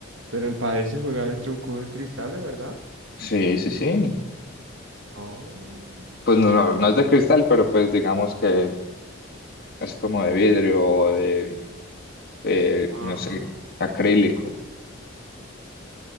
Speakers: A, on the right (about 65°); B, on the left (about 45°).
A: Pero el pádel se juega dentro de un cubo de cristal, ¿de verdad?
B: sí, sí, sí.
A: Oh,
B: Pues
A: no
B: no,
A: sabía.
B: no es de cristal, pero pues digamos que es como de vidrio o de, eh,
A: Ah.
B: no sé, acrílico.